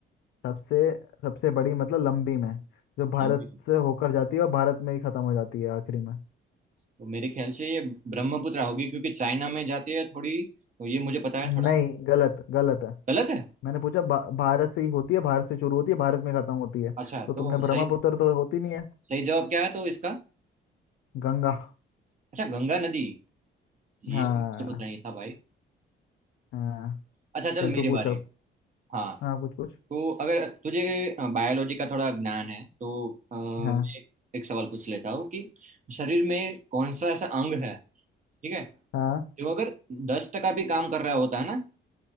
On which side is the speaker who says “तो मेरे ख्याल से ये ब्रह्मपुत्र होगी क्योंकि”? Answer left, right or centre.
Right